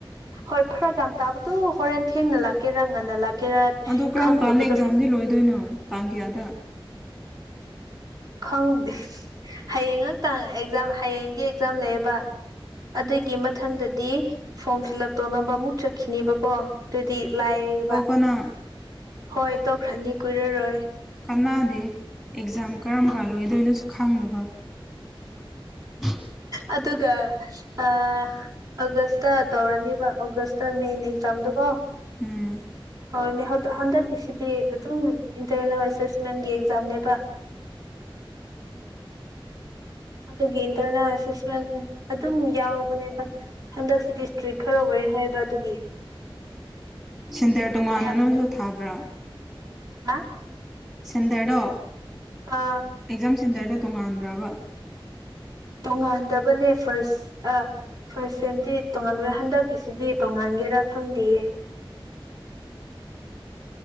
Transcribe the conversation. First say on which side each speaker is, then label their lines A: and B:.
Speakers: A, on the right (about 40°); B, in the centre.
A: ꯍꯣꯏ ꯐꯔꯛ ꯌꯥꯝ ꯇꯥꯕꯗꯨ ꯍꯣꯔꯦꯟ ꯊꯦꯡꯅ ꯂꯥꯛꯀꯦꯔꯥ ꯉꯟꯅ ꯂꯥꯛꯀꯦꯔꯥ
B: ꯑꯗꯣ ꯀꯔꯝ
A: ꯈꯪꯗꯕꯗꯣ
B: ꯀꯥꯟꯗ ꯑꯦꯛꯖꯥꯝꯗꯤ ꯂꯣꯏꯗꯣꯏꯅꯣ ꯇꯥꯡ ꯀꯌꯥꯗ
A: ꯈꯪꯗꯦ ꯍꯌꯦꯡ ꯉꯥꯇꯪ ꯑꯦꯛꯖꯥꯝ ꯍꯌꯦꯡꯗꯤ ꯑꯦꯛꯖꯥꯝ ꯂꯩꯌꯦꯕ ꯑꯗꯨꯒꯤ ꯃꯊꯪꯗꯗꯤ ꯐꯣꯝ ꯐꯤꯜꯂꯞ ꯇꯣꯅꯕ ꯑꯃꯨꯛ ꯆꯠꯈꯤꯅꯤꯕꯀꯣ ꯗꯨꯗꯤ ꯂꯥꯏꯌꯦꯕ
B: ꯀꯅꯥ
A: ꯍꯣꯏ ꯇꯣꯛꯈ꯭ꯔꯅꯤ ꯀꯨꯏꯔꯔꯣꯏ
B: ꯀꯥꯟꯅꯗꯦ ꯑꯦꯛꯖꯥꯝ ꯀꯔꯝ ꯀꯥꯟ ꯂꯣꯏꯗꯣꯏꯅꯣꯁꯨ ꯈꯪꯗꯕ <inaudible>
A: ꯑꯗꯨꯒ ꯑꯥ ꯑꯥꯒꯁꯇ ꯇꯧꯔꯅꯤꯕ ꯑꯣꯒꯁꯇ ꯃꯦꯟ ꯑꯦꯛꯖꯥꯝꯗꯨꯀꯣ
B: ꯎꯝ
A: ꯍꯧꯔꯅꯤ ꯍꯛ ꯍꯟꯗꯛꯀꯤꯁꯤꯗꯤ ꯑꯗꯨꯝ ꯏꯟꯇꯔꯅꯦꯜ ꯑꯦꯁꯦꯁꯃꯦꯟꯒꯤ ꯑꯦꯛꯖꯥꯝꯅꯦꯕ ꯑꯗꯨꯒꯤ ꯏꯟꯇꯔꯅꯦꯜ ꯑꯦꯁꯦꯁꯃꯦꯟ ꯑꯗꯨꯝ ꯌꯥꯎꯕꯅꯦꯕ ꯍꯟꯗꯛꯁꯤꯗꯤ ꯏꯁꯇ꯭ꯔꯤꯛ ꯈꯔ ꯑꯣꯏ ꯍꯥꯏꯌꯦꯕ ꯑꯗꯨꯒꯤ
B: <inaudible> ꯇꯣꯉꯥꯟꯅ
A: ꯃꯊꯥ ꯌꯥꯝ
B: ꯅꯣꯏꯁꯨ
A: ꯁꯥꯏꯌꯦ
B: ꯊꯥꯕ꯭ꯔꯥ
A: ꯍꯥ
B: ꯁꯦꯟꯗꯔ ꯗꯣ
A: ꯑꯥ
B: ꯑꯦꯛꯖꯥꯝ ꯁꯦꯟꯇꯔꯗ ꯇꯣꯡꯉꯥꯟꯕꯔ꯭ꯕ
A: ꯇꯣꯡꯉꯥꯟꯗꯕꯅꯦ ꯐꯔꯁ ꯑꯥ ꯐꯔꯁ ꯁꯦꯝꯗꯤ ꯇꯣꯉꯥꯟꯕ ꯍꯟꯗꯛꯀꯤꯁꯤꯗꯤ ꯇꯣꯡꯉꯥꯟꯒꯦꯔꯥ ꯈꯪꯗꯤꯌꯦ